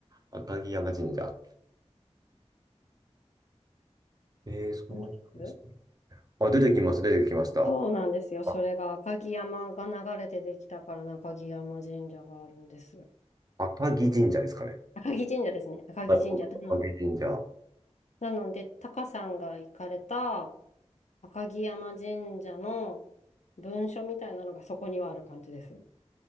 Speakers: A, on the right (about 35°); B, on the left (about 85°).
A: 赤城山神社。えー、そうなんですね。
B: 何です
A: あ、出てきました、出てきました。
B: そうなんですよ。それが赤城山が流れてできたから、
A: あ、
B: 赤城山神社があるんです。
A: 赤城神社ですかね。
B: 赤城神社ですね。赤城神社。
A: はい、
B: な
A: 赤城神社。
B: なので、タカさんが行かれた赤城山神社の文書みたいなのがそこにはある感じです。